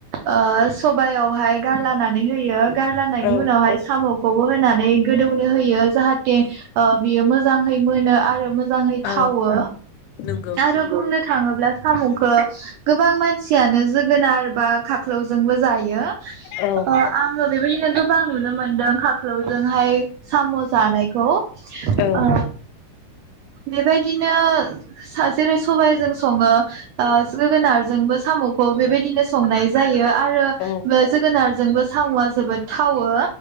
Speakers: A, on the right; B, on the left.
A: आ सबयावहाय गारलानानै होयो गारलानायनि
B: औ
A: उनावहाय साम' खौबो होनानै गोदौनो होयो जाहाथे ओ बियो मोजाहै मोनो आरो मोज मोजाङै
B: औ
A: थावो
B: नंगौ
A: आरो बुंनो थाङोब्ला साम'खो गोबां मान सियानो जोगोनार बा खाख्लौजोंबो जायो यो ओ
B: औ
A: आङो बेबायदिनो गोबां नुनो मो मोनदों खाख्लावजोंहाय साम' जानायखौ
B: औ
A: ओ बेबायदिनो सा जेरै सबायाइजों सङो ओ जोगोनारजोंबो साम'खौ बेबायदिनो संनाय जायो आरो
B: औ
A: जोगोनारजोंबो साम'आ जोबोद थावो